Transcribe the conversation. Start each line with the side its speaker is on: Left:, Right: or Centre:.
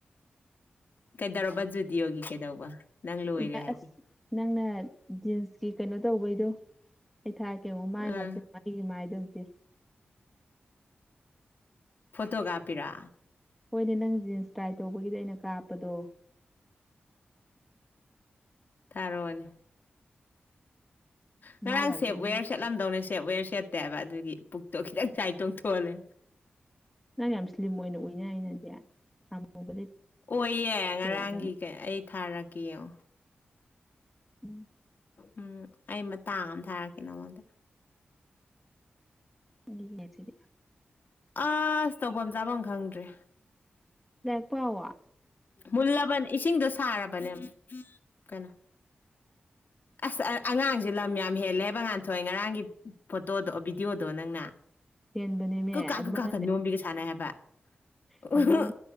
Left: ꯀꯩꯗꯧꯔꯕ ꯖꯨꯗꯤꯌꯣꯒꯤ ꯀꯩꯗꯧꯕ ꯅꯪ ꯂꯣꯏꯔꯦ
Centre: ꯏꯕꯥ
Left: ꯍꯥꯏꯗꯤ
Centre: ꯑꯁ ꯅꯪꯅ ꯖꯤꯟꯁꯀꯤ ꯀꯩꯅꯣ ꯇꯧꯕꯩꯗꯣ ꯊꯥꯔꯀꯦ ꯌꯦꯡꯉꯣ ꯃꯥꯏ
Left: ꯑꯥ
Centre: ꯉꯥꯛꯇꯅ ꯑꯩꯒꯤ ꯃꯥꯏꯗꯣ ꯑꯝꯇ ꯌꯦ
Left: ꯐꯣꯇꯣꯒꯥꯞꯄꯤꯔꯥ
Centre: ꯍꯣꯏꯅꯦ ꯅꯪ ꯖꯤꯟꯁ ꯇ꯭ꯔꯥꯏ ꯇꯧꯕꯒꯤꯗ ꯑꯩꯅ ꯀꯥꯞꯄꯗꯣ
Left: ꯊꯥꯔꯣꯅꯤ
Centre: ꯃꯥꯏꯒꯥꯁꯤ
Left: ꯉꯔꯥꯡ ꯁꯦꯞ
Centre: ꯌꯦꯡꯉꯣ
Left: ꯋꯦꯌꯔ ꯁꯦꯠꯂꯝꯗꯧꯅꯦ ꯁꯦꯠ ꯋꯦꯌꯔ ꯁꯦꯠꯇꯦ ꯍꯥꯏꯕ ꯑꯗꯨꯒꯤ ꯄꯨꯛꯇꯣ ꯈꯤꯇꯪ ꯆꯔꯥꯏꯇꯣꯡꯊꯣꯛꯍꯜꯂꯦ
Centre: ꯅꯪ ꯌꯥꯝ ꯁ꯭ꯂꯤꯝ ꯑꯣꯏꯅ ꯎꯏꯅ ꯑꯩꯅꯗꯤ ꯑꯃꯨꯕ
Left: ꯑꯣꯏꯌꯦ
Centre: ꯂꯤꯠꯄꯩꯔ
Left: ꯉꯔꯥꯡꯒꯤ
Centre: ꯀꯩꯅꯣ
Left: ꯀꯩ ꯑꯩ ꯊꯥꯔꯛꯀꯦ ꯌꯦꯡꯑꯣ
Centre: ꯎꯝ
Left: ꯎꯝ ꯑꯩ ꯃꯇꯥꯡ ꯑꯃ ꯊꯥꯔꯛꯀꯦ ꯅꯉꯣꯟꯗ
Centre: ꯅꯤꯅꯦꯠꯁꯤꯠ
Left: ꯑꯁ ꯇꯧꯕꯝ ꯆꯥꯕꯝ ꯈꯪꯗ꯭ꯔꯦ
Centre: ꯂꯥꯏꯔꯤꯛ ꯄꯥꯎꯋꯣ
Left: ꯃꯨꯂꯕꯟ ꯏꯁꯤꯡꯗꯨꯁ ꯁꯥꯔꯕꯅꯦꯞ ꯀꯅꯣ ꯑꯁ ꯑꯉꯥꯡꯁꯦ ꯂꯝ ꯌꯥꯝ ꯍꯦꯜꯂꯦ ꯍꯥꯏꯕ ꯉꯥꯟꯊꯣꯏ ꯉꯔꯥꯡꯒꯤ ꯐꯣꯇꯣꯗꯣ ꯚꯤꯗꯤꯑꯣꯗꯣ ꯅꯪꯅ
Centre: ꯍꯦꯟꯕꯅꯦꯃꯦ
Left: ꯀꯛ ꯀꯥꯛ
Centre: ꯑꯗꯨꯃꯥꯏꯅ
Left: ꯀꯛ ꯀꯥꯛꯀ ꯅꯣꯝꯕꯤꯒ ꯁꯥꯟꯅꯩ ꯍꯥꯏꯕ ꯑꯥ
Centre: ꯑꯗꯨꯃꯥꯏꯅ